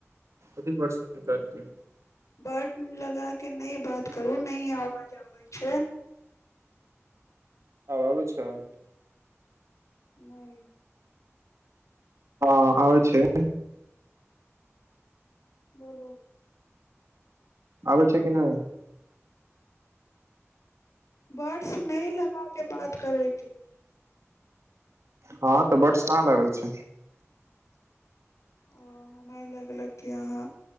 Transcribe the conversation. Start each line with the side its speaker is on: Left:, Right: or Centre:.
Right: की पस करके
Left: बट लगा के नहि बात करू न आवाज आबे छै
Right: आब आब छै
Left: नहि
Right: हँ आ छै
Left: बोलो
Right: आबै छै कि नहि
Left: बर्ड्स नहिं लगााके बात करे किे
Right: हँ तऽ बर्डस काँ लागल छै
Left: ओ हमरा लगलक कि अहाँ